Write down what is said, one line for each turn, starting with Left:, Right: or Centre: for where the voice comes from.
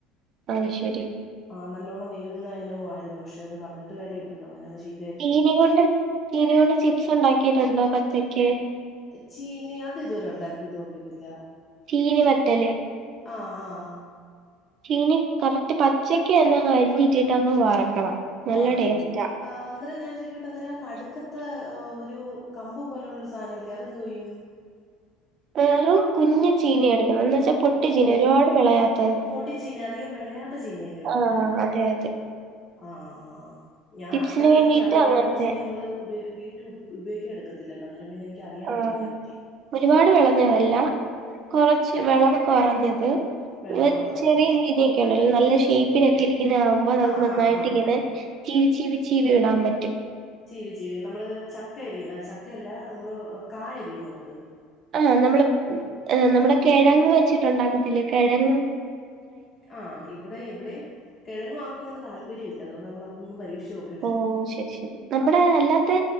Right: അയ് ശരി
Left: ആ നല്ലോണം വേവ്ന്ന എനവുമായിരുന്നു പ ക്ഷെത് പർഞ്ഞിട്ട് കാര്യല്ലല്ലോ അങ്ങനെ ശീ
Right: ച്ചീനികൊണ്ട് ച്ചീനി കൊണ്ട് ചിപ്സ്ണ്ടാക്കിട്ടുണ്ടോ പച്ചക്ക്
Left: ചീനി അത് ഇതുവരെ ഉണ്ടാക്കി് നോക്കിയിട്ടില്ല
Right: ചീനി വത്തല്
Left: ആഹ് ആഹ്
Right: ചീനി കറക്റ്റ് പച്ചക്കന്നെന്ന് അരിഞ്ഞിട്ടിട്ടങ്ങ് വറക്കണം നല്ല
Left: വറക്കോ
Right: ടേസ്റ്റാ
Left: ആ അന്നേരം ഞാൻ ചോയിക്കട്ടെ അന്നേരം നടുക്കത്തെ ഒരു കമ്പു പോലെള്ള ഒരു സാനം ഇല്ലേ അതെന്തോയ്യും
Right: വെറും കുഞ് ചീനി എടുക്കുന്നത് എന്താച്ചാ പൊട്ടിച്ചീനി
Left: ഓ
Right: ഒരുപാട് വിളയാത്തത്
Left: പൊടി ചീനി അധികം വെളയാത്ത ചീനിയല്ലേ എടുക്കുന്നെ
Right: ആഹ് അതെ അതെ
Left: ആഹ് ആഹ് ഞാൻ
Right: ചിപ്സിന്
Left: അത്രക്കങ്
Right: വേണ്ടിട്ട്
Left: വെളവ്
Right: അങ്ങനത്തെ
Left: കുറഞ്ഞ ചീനി ഞമ്മള് ഉപ വീട്ട് ഉപയോഗിക്കാനടുക്കത്തില്ലല്ലോ അന്നേരം പിന്നെ ക്കറിയാൻ
Right: ആഹ്
Left: വയ്യ അയിനെ പറ്റി
Right: ഒരുപാട് വെളഞ്ഞതല്ല കൊറച്ച് വെളവ് കൊറഞ്ഞത്
Left: വിളവ്
Right: ഇങ്ങ
Left: കുറഞ്ഞ്
Right: ചെറിയ രീതിക്കെണ്ടല്ലോ നല്ല ഷേയ്പ്പിനൊക്കെ ഇരിക്കുന്നെ ആവുമ്പ അത്
Left: ആ
Right: നന്നായിട്ട്
Left: ആ ആ
Right: ഇങ്ങനെ ചീവി ചീവി ചീവി ഇടാം പറ്റും
Left: ചീവി ചീവി നമ്മള് ചക്ക അരിയുന്ന ചക്കയല്ല മ്മള് കായഎരിന്നോട്ട്
Right: ആ നമ്മള് നമ്മുടെ കെഴങ്ങ് വെച്ചിട്ടുണ്ടാക്കത്തില്ലേ കെഴങ്ങ്
Left: ആ ഇവടെ ഇവടെ കെഴങ്ങു ആർക്കും അങ്ങനെ താല്പര്യം ഇല്ല അതുകൊണ്ട് നമ്മള് അതൊന്നും പരീക്ഷിച്ച് നോക്ക
Right: ഓ ശരി ശരി നമ്മുടെ അല്ലാത്ത